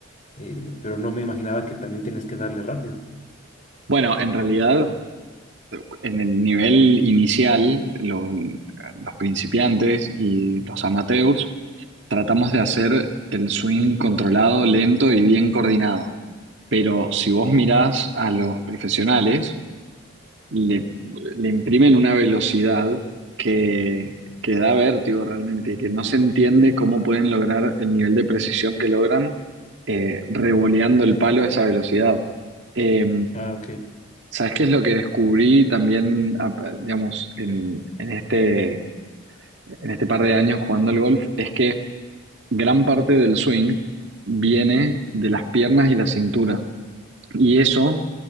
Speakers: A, on the left (about 35°); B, on the right (about 60°).
A: eh, pero no me imaginaba que también tenías que darle rápido.
B: Bueno, en realidad, en el nivel inicial, lo- los principiantes y los amateurs Tratamos de hacer el swing controlado, lento y bien coordinado. Pero si vos mirás a los profesionales, le, le imprimen una velocidad que, que da vértigo realmente y que no se entiende cómo pueden lograr el nivel de precisión que logran eh, revoleando el palo a esa velocidad. Eh,
A: Ah, ok.
B: ¿sabes qué es lo que descubrí también, ah, digamos, en, en este, en este par de años jugando al golf? Es que gran parte del swing viene de las piernas y la cintura. Y eso